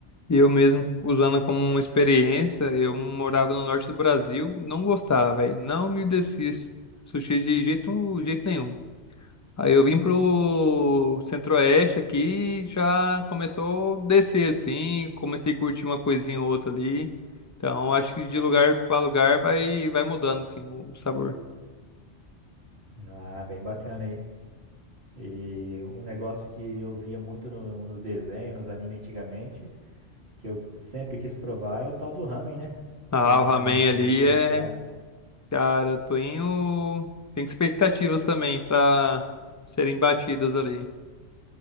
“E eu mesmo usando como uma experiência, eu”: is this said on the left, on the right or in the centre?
Left